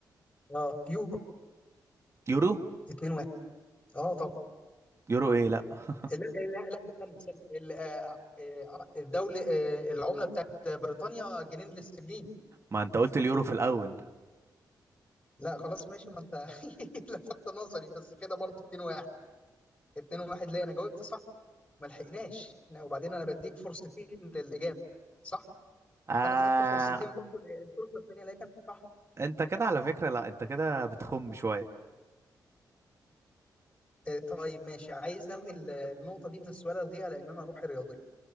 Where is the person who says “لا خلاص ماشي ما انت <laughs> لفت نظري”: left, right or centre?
Left